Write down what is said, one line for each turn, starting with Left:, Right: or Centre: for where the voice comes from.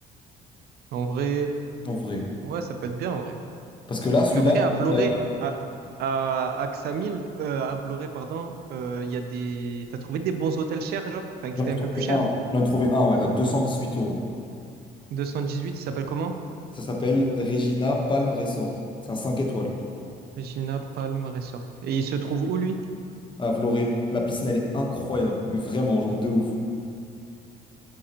Right: En vrai,
Left: en vrai.
Right: ouais, ça peut être bien, en vrai.
Left: Parce que là, celui-là,
Right: Après, à Vloré,
Left: euh,
Right: à, à, à Ksamil, euh, à Vloré, pardon, euh, il y a des. T'as trouvé des bons hôtels chers, genre? Enfin, qui
Left: j'en
Right: étaient
Left: ai
Right: un
Left: trouvé
Right: peu plus chers?
Left: un. J'en ai trouvé un, ouais, à 218 euros.
Right: 218, il s'appelle comment?
Left: Ça s'appelle Regina Palm Resort. C'est un 5 étoiles
Right: Regina Palm Resort. Et il se trouve où, lui?
Left: à Vloré. La piscine, elle est incroyable, mais vraiment, genre de ouf.